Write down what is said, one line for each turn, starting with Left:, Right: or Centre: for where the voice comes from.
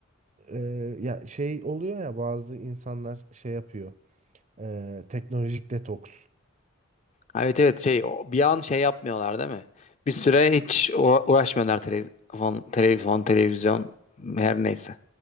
Right: Eee, ya şey oluyor ya bazı insanlar şey yapıyor ee, teknolojik detoks.
Left: Ha, Evet evet şey o- bir an şey yapmıyorlar değil mi? Bir süre hiç uğra- uğraşmıyorlar telefon televizyon televizyon her neyse.